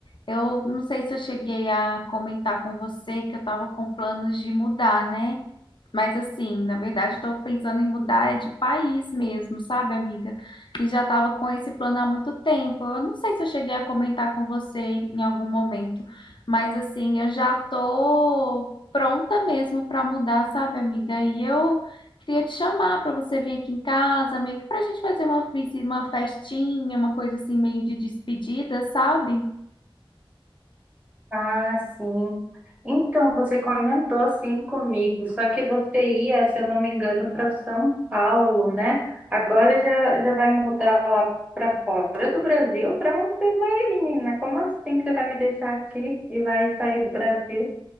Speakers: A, on the left; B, on the right.
A: eu não sei se eu cheguei a comentar com você que eu tava com planos de mudar, né? Mas assim, na verdade, eu tô pensando em mudar é de país mesmo, sabe, amiga? E já tava com esse plano há muito tempo. Eu não sei se eu cheguei a comentar com você em algum momento, mas assim, eu já tô pronta mesmo pra mudar, sabe, amiga? E eu Queria te chamar para você vir aqui em casa, meio que para a gente fazer uma, visi- uma festinha, uma coisa assim, meio de despedida, sabe?
B: Ah, sim. Então, você comentou assim comigo, só que você ia, se eu não me engano, para São Paulo, né? Agora já, já vai mudar lá para fora do Brasil? Para onde você vai, menina? Como assim que você vai me deixar aqui e vai sair do Brasil?